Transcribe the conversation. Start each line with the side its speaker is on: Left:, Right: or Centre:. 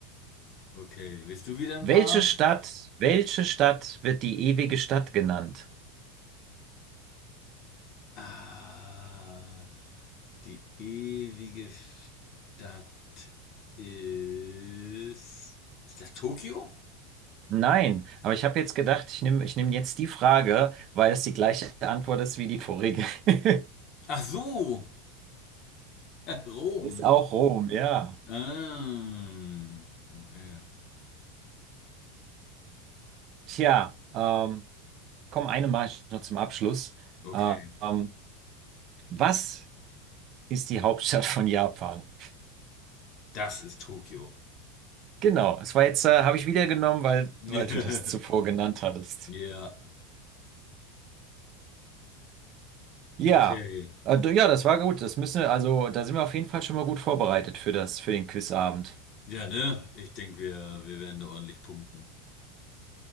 Left: Okay, willst du wieder ein
Right: Welche
Left: paar?
Right: Stadt, welche Stadt wird die ewige Stadt genannt?
Left: Ah, die ewige Stadt ist. Ist das Tokio?
Right: Nein, aber ich habe jetzt gedacht, ich nehme, ich nehm jetzt die Frage, weil es die gleiche Antwort ist wie die vorige. <laughs>
Left: Ach so, <laughs> Rom.
Right: Ist auch Rom, ja.
Left: Ähm, okay.
Right: Tja, ähm, komm, eine mache ich noch zum Abschluss.
Left: Okay,
Right: Ähm, was ist die Hauptstadt von Japan?
Left: das ist Tokio.
Right: Genau, es war jetzt, äh, habe ich wieder genommen, weil,
Left: <laughs>
Right: weil du das zuvor genannt hattest.
Left: Ja,
Right: Ja,
Left: okay.
Right: äh, d- ja, das war gut. Das müssen wir, also da sind wir auf jeden Fall schon mal gut vorbereitet für das, für den Quizabend.
Left: Ja, ne? Ich denke, wir, wir werden da ordentlich punkten.